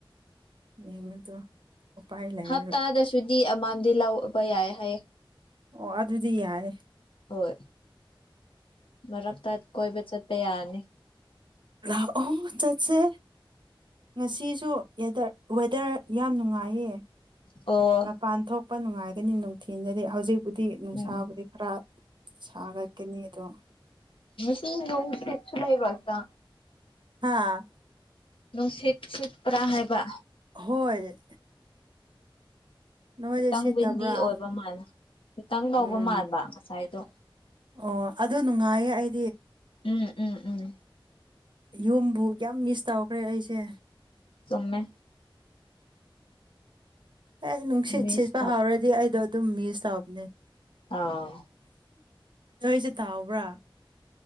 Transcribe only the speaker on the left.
ꯍꯞꯇꯥꯗꯁꯨꯗꯤ ꯑꯃꯝꯗꯤ ꯂꯧꯕ ꯌꯥꯏ ꯍꯥꯏꯌꯦ
ꯍꯣꯏ ꯃꯔꯛꯇ ꯀꯣꯏꯕ ꯆꯠꯄ ꯌꯥꯅꯤ
ꯑꯣ
ꯎꯝ
ꯁꯤ ꯅꯣꯡꯁꯤꯁꯨ ꯂꯩꯥꯏꯕꯥꯛꯇ
ꯅꯨꯡꯁꯤꯠ ꯁꯤꯠꯄ꯭ꯔꯥ ꯍꯥꯏꯕ
ꯈꯤꯇꯪ
ꯋꯤꯟꯗꯤ ꯑꯣꯏꯕ ꯃꯥꯜꯂ ꯈꯤꯇꯪ ꯂꯧꯕ
ꯃꯥꯟꯕ ꯉꯁꯥꯏꯗꯣ
ꯎꯝ ꯎꯝ ꯎꯝ
ꯁꯨꯝꯃꯦ
ꯃꯤꯁ
ꯑꯥ